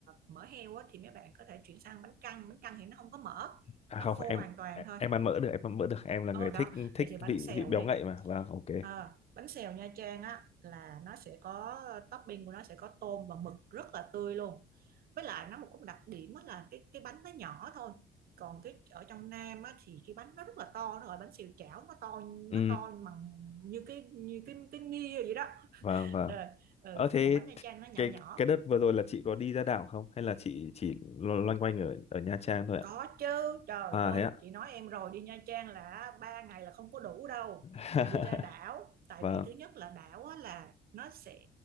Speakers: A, on the right; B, on the left.
A: mỡ heo á thì mấy bạn có thể chuyển sang bánh căn bánh căn thì nó không có mỡ
B: À
A: nó
B: không,
A: khô
B: em
A: hoàn toàn
B: em
A: thôi
B: em ăn mỡ được, em ăn mỡ được. Em là
A: ờ
B: người
A: đó
B: thích thích
A: vậy thì bánh
B: vị
A: xèo
B: vị béo
A: đi
B: ngậy mà. Vâng, ok.
A: Ờ, bánh xèo Nha Trang á là nó sẽ có topping của nó sẽ có tôm và mực rất là tươi luôn với lại nó một cái đặc điểm á là cái cái bánh nó nhỏ thôi còn cái ở trong Nam á thì cái bánh nó rất là to rồi bánh xèo chảo nó to
B: Ừ,
A: nó to bằng như cái như cái cái nia vậy đó
B: vâng vâng.
A: rồi ừ,
B: Ờ thế
A: còn bánh Nha Trang nó nhỏ
B: cái
A: nhỏ
B: cái đợt vừa rồi là chị có đi ra đảo không hay là chị chỉ lo- loanh quanh ở ở Nha Trang thôi ạ?
A: Có chứ, trời
B: À
A: ơi,
B: thế ạ.
A: chị nói em rồi đi Nha Trang là ba ngày là không có đủ đâu.
B: <laughs>
A: Chị đi ra đảo, tại
B: Vâng.
A: vì thứ nhất là đảo á, là nó sẽ